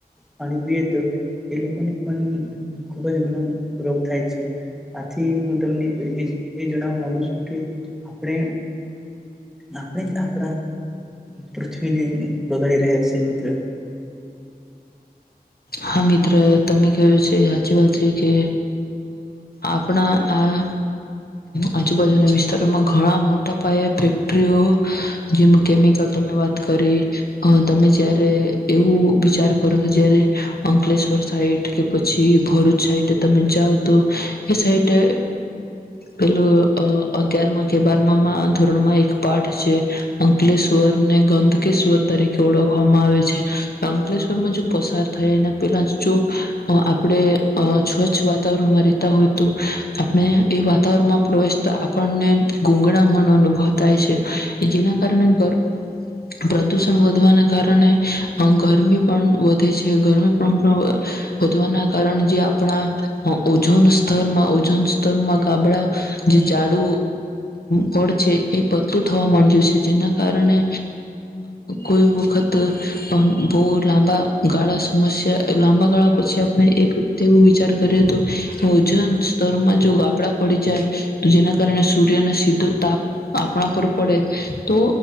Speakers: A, in the centre; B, on the left (about 70°).
A: પાણી પીએ તો એ લોકોને પણ ખુબ જ ઘણા રોગ થાય છે. આથી હું તમને એ જણાવવા માગુ છું. કે આપણે આપણે જ આપણા પૃથ્વીને બગાડી રહ્યા છીએ, મિત્ર.
B: હા મિત્ર, તમે કહું છે હાચી વાત છે કે આપણા આ. આજુબાજુના વિસ્તારોમાં ઘણા મોટા. ટપાએે ફેક્ટરીઓ જેનું કેમિકલ તમે વાત કરી, તમે જ્યારે એવું વિચાર કરો કે જ્યારે. અંકલેશ્વર સાઈડ કે પછી ભરૂચ સાઈડ તમે જાઓ તો એ સાઈડ, પેલો અગિયાર કે બારમા ધોરણમાં એક પાઠ છે. અંકલેશ્વર ને ગંદકેશ્વર તરીકે ઓળખવામાં આવે છે. અંકલેશ્વર માં જો પસાર. થયા, એના પહેલા જો આપણે સ્વચ્છ વાતાવરણમાં રહેતા હોય તો આપણે એ વાતાવરણમાં પ્રવેશતા આપણને ગૂંગળામણ અનુભવ થાય છે, જેના કારણેર પ્રદુષણ વધવાના કારણે ગરમી પણ વધે છે. ગરમી વધવાના કારણે જે આપણા ઓઝોન સ્તરમાં ઓઝોન સ્તરમાં ગાબડા જે ઝાડુ પડ છે, એ પડતું થવા માંડ્યું છે, જેના કારણે કોઈ વખત બહુ લાંબા. ગાળા સમસ્યા લાંબા ગાળા પછી આપણે એક રીતે એવું વિચાર કરીએ તો ઓજન સ્તરમાં જો ગાબડા પડી જાય, તો જેના કારણે સૂર્યના સીધો તાપ આપણા પર પડે, તો